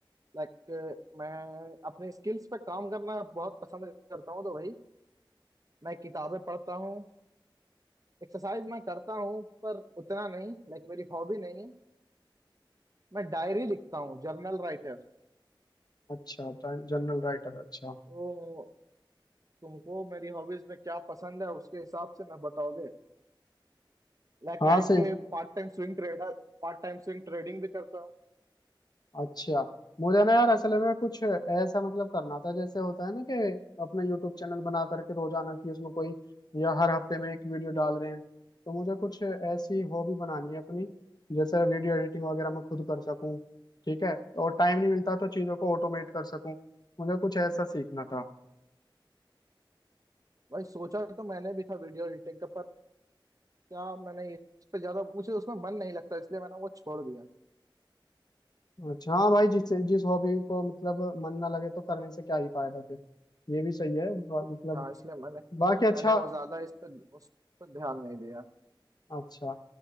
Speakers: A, on the right; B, on the left.
A: लाइक मैं अपने स्किल्स पे काम करना बहुत पसंद करता हूँ तो भाई मैं किताबें पढ़ता हूँ एक्सरसाइज मैं करता हूँ पर उतना नहीं लाइक मेरी हॉबी नहीं है मैं डायरी लिखता हूँ जर्नल राइटर
B: अच्छा जनरल राइटर अच्छा
A: तो तुमको मेरी हॉबीज में क्या पसंद है उसके हिसाब से ना बताओगे लाइक
B: हाँ
A: मैं एक
B: से
A: पार्ट टाइम स्विंग ट्रेडर पार्ट टाइम स्विंग ट्रेडिंग भी करता हूँ
B: अच्छा मुझे ना यार असल में कुछ ऐसा मतलब करना था जैसे होता है ना कि अपना यूट्यूब चैनल बना करके रोजाना की उसमें कोई या हर हफ्ते में एक वीडियो डाल रहे हैं तो मुझे कुछ ऐसी हॉबी बनानी है अपनी जैसे वीडियो एडिटिंग वगैरह मैं खुद कर सकूं ठीक है और टाइम नहीं मिलता तो चीज़ों को ऑटोमेट कर सकूं मुझे कुछ ऐसा सीखना था
A: भाई सोचा तो मैंने भी था वीडियो एडिटिंग का पर क्या मैंने इस पे ज्यादा मुझे उसमें मन नहीं लगता इसलिए मैंने वो छोड़ दिया
B: अच्छा हाँ भाई जिस जिस हॉबी को मतलब मन ना लगे तो करने से क्या ही फायदा फिर ये भी सही है बा- मतलब
A: हाँ इसलिए मैंने
B: बाकी अच्छा
A: मैंने वो ज्यादा इस पर उस पर ध्यान नहीं दिया
B: अच्छा